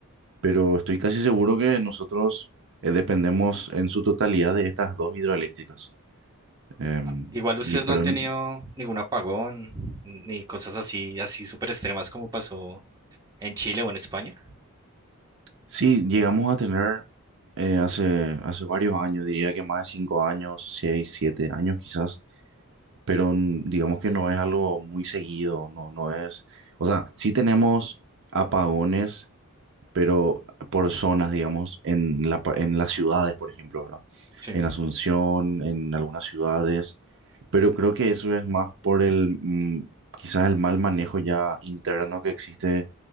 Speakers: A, on the right; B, on the right.
A: pero estoy casi seguro que nosotros eh, dependemos en su totalidad de estas dos hidroeléctricas. Em,
B: Ah, Igual ustedes
A: y, pero
B: no han tenido
A: en-
B: ningún apagón ni cosas así, así súper extremas como pasó en Chile o en España.
A: sí, llegamos a tener eh, hace, hace varios años, diría que más de cinco años, seis, siete años quizás pero n- digamos que no es algo muy seguido, no, no es, o sea, sí tenemos apagones, pero por zonas, digamos, en la, pa- en las ciudades, por ejemplo, ¿verdad?
B: Sí,
A: En Asunción, en algunas ciudades, pero creo que eso es más por el, mm, quizás el mal manejo ya interno que existe